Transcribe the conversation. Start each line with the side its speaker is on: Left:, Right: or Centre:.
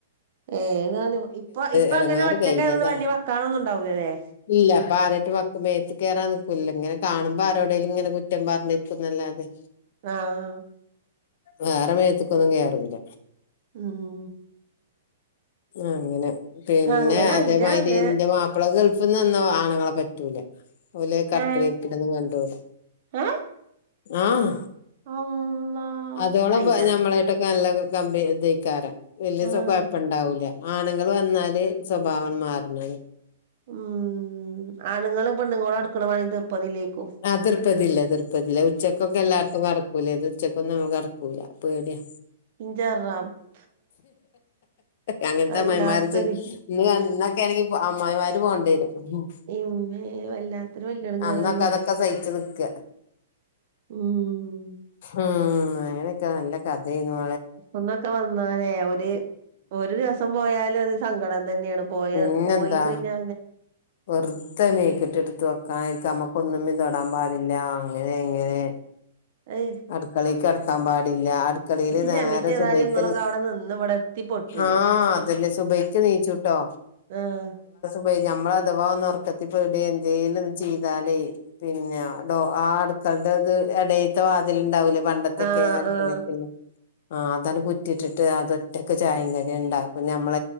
Right: ഏതാണ് ഇപ്പൊ ഇപ്പൊ
Left: ഇടങ്ങാറ്
Right: അങ്ങനെ ഒറ്റക്കായോണ്ട്
Left: കഴിഞ്ഞതാ
Right: വലിയ വക്കാണൊന്നും ഉണ്ടാവൂല്ല അല്ലേ
Left: ഇല്ല അപ്പൊ ആരായിട്ട് മക്ക മേത്തക്ക് കേയറൻ നിക്കൂല്ല ഇങ്ങനെ കാണുമ്പോ ആരോടേലും ഇങ്ങനെ കുറ്റം പറഞ്ഞിട്ട് പിന്നല്ലാതെ
Right: ആ ആ
Left: വേറെ മേത്തേക്കൊന്നും കേറൂല്ല
Right: ഉം
Left: അങ്ങനെ പിന്നെ
Right: അങ്ങനെ
Left: അതേമാരി
Right: അയിന്റെ അങ്ങനെ
Left: ന്റെ അപ്പള ഗൾഫിന്നിന്ന് ആണുങ്ങളെ പറ്റൂല അല്ലേ <unintelligible> കിടക്കണേ
Right: ഏഹ്
Left: ഇരിക്കണെ ഒന്നും കണ്ടൂടാ
Right: ഏഹ്
Left: ആഹ
Right: അള്ളാ
Left: അതോള <unintelligible>
Right: അയിന്റെ
Left: ഞമ്മളെ ക്കെ നല്ല കമ്പി ഇക്കാരം വല്യ
Right: ആഹ്
Left: കൊഴപ്പണ്ടാവൂല <unintelligible> ആണുങ്ങള് വന്നാല് സ്വഭാവം മാറണെ
Right: ഉം ആണുങ്ങള് പെണ്ണുങ്ങള് അടുക്കണ വേണമെങ്കിൽ തീർപ്പതിയിലേക്കോ
Left: ആഹ് തീർപ്പതില്ല തിർപ്പതില്ല ഉച്ചക്കൊക്കെ എല്ലാടതും കെടക്കൂല ഇത് ഉച്ചക്കൊന്നും അങ്ങനെ കെടക്കൂല പേടിയാ
Right: ഇഞ്ചാററാം <unintelligible>
Left: അങ്ങനത്തെ
Right: വല്ലാത്തൊരു
Left: മ മറിച് <unintelligible> ഇന്ന് ഇന്നൊക്കെയാണെങ്കി അമ്മായിമാര് പോകണ്ടി വരും ഉം
Right: ഇമ്മേ വല്ലാത്തൊരു വല്ലിടങ്ങേറ്
Left: അന്നൊക്കെ
Right: തന്നെയാണ്.
Left: അതൊക്കെ സഹിച്ച് നിൽക്ക
Right: ഉം
Left: ഉം അങ്ങനെക്കെ നല്ല കഥയാ
Right: ഒന്നൊക്കെ വന്നാലേ ഒരി ഒരു രസം പോയാലും അത് സങ്കടം തന്നെയാണ് പോയ
Left: പിന്നെന്താ
Right: പോയി കഴിഞ്ഞാ
Left: വെറുതെ മേക്കിട്ട് എടുത്ത് വെക്കാനായിരിക്ക നമ്മുക്കൊന്നും പിന്തുൊടാൻ പാടില്ല അങ്ങനെ എങ്ങനെ
Right: ഏയ്
Left: അടുക്കളയ്ക്ക് എറക്കാൻ പാടില്ല അക്കളിയില് നേരെ
Right: ക്ഷമിച്ച് ഏതായാലും
Left: സുബക്ക്
Right: ഇങ്ങളൊക്കെ അവിടെ നിന്ന് ഇവിടെ എത്തി പൊട്ടൂലേ
Left: ആ അതന്നെ സുബക്ക് നീച്ചുട്ടോ
Right: ആഹ
Left: പോ ഞമ്മള് അഥവാ ഒന്ന് ഉറക്കത്തി പോയിട്ട് എന്തേലും ഒന്ന് ചെയ്താലേ പിന്നെ ഡോ ആ അടുക്കളുടെ അത് ഇടേത്തെ വാ അതിലുണ്ടാവുലേ പണ്ടത്തൊക്കെ
Right: ആഹ്
Left: അടുക്കളക്കല്ലേ
Right: ആഹ്
Left: ആ അതാണ് കുറ്റിട്ടിട്ട് അതൊറ്റക്ക് ചായ കടി ഇണ്ടാക്കും ഞമ്മള